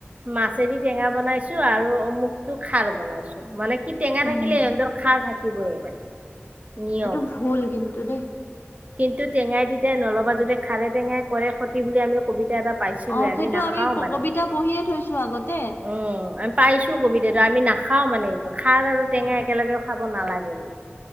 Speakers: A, on the right (about 35°); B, on the left (about 55°).
A: মাছেদি টেঙা বনাইছো আৰু অমুকটো খাৰ। বনাইছো মানে কি টেঙা
B: উম
A: থাকিলে সিহঁতৰ খাৰ থাকিবই মানে। নিয়ম
B: এইটো ভুল কিন্তু দেই।
A: কিন্তু টেঙাই তিতাই নলবা যদি খাৰে টেঙাই কৰে ক্ষতি বুলি আমি। কবিতা এটা পাইছিলোৱে
B: অ সেইটো
A: নাখাও
B: আমি
A: মানে
B: কবিতা পঢ়িয়ে থৈছো আগতে।
A: উম আমি পাইছো কবিতটো আমি নাখাও মানে এইটো খাৰ আৰু টেঙা একেলগেও খাব নালাগে বোলে।